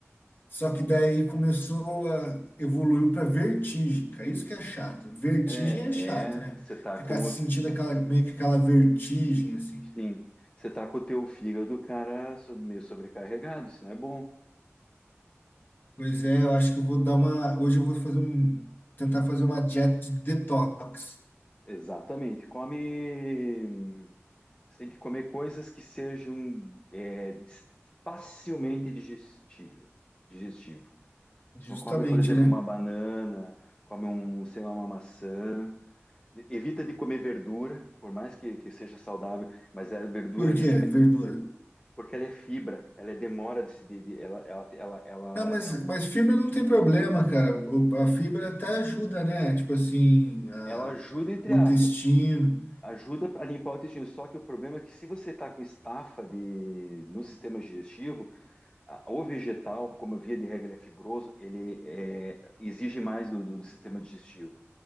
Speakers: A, on the left; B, on the left.
A: Só que daí começou a evoluiu para vertigem, cara. Isso que é chato. Vertigem
B: É,
A: é chato,
B: é,
A: né?
B: você tá
A: Ficar
B: com,
A: sentindo aquela meio que aquela vertigem assim.
B: Sim, você tá com o teu fígado, cara, sob- meio sobrecarregado, isso não é bom.
A: Pois é, eu acho que eu vou dar uma, hoje eu vou fazer um tentar fazer uma dieta de detox.
B: Exatamente. Come. Você tem que comer coisas que sejam é, dis- facilmente digestível, digestivo.
A: Justamente,
B: Então come, por exemplo,
A: né?
B: uma banana, come um, sei lá, uma maçã. Evita de comer verdura, por mais que, que seja saudável, mas a verdura,
A: Por
B: vi-
A: quê? Verdura.
B: porque ela é fibra, ela é demora de se, de, de- ela, ela, ela, ela,
A: Não, mas,
B: é um,
A: mas fibra não tem problema, cara. O- A fibra até ajuda, né? Tipo assim, a-
B: ela ajuda, entre
A: o
B: aspas,
A: intestino.
B: Ajuda a limpar o intestino, só que o problema é que se você está com estafa de, no sistema digestivo, a- o vegetal, como eu via de regra, ele é fibroso, ele é, exige mais do, do- do sistema digestivo